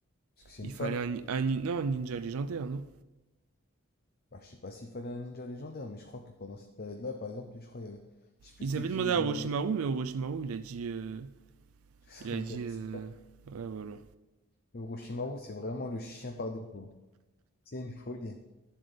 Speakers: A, on the left; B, on the right.
A: Parce que c'est
B: Il
A: une femme.
B: fallait un, ni- un ni- non, un ninja légendaire, non
A: Bah, je sais pas s'il fallait un ninja légendaire, mais je crois que pendant cette période-là, par exemple, je crois qu'il y avait... Je sais plus
B: Ils
A: c'était
B: avaient
A: qui
B: demandé
A: le...
B: à Orochimaru,
A: <laughs>
B: mais Orochimaru, il a dit. euh,
A: Ça
B: Il a
A: m'intéresse
B: dit. euh,
A: pas.
B: Ouais, voilà.
A: Le Orochimaru, c'est vraiment le chien par défaut. C'est une folie.